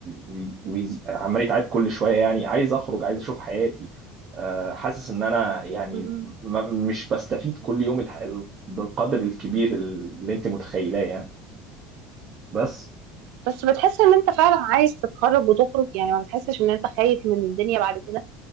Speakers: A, on the right (about 45°); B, on the right (about 65°).
A: وي- وي- عمال يتعاد كل شويه يعني عايز اخرج عايز اشوف حياتي آه، حاسس ان انا يعني
B: مهم.
A: م- مش بستفيد كل يوم بالقدر الكبير اللي انت متخيلاه يعني بس
B: بس بتحس ان انت فعلا عايز تتخرج وتخرج يعني ما بتحسش ان انت خايف من الدنيا بعد كده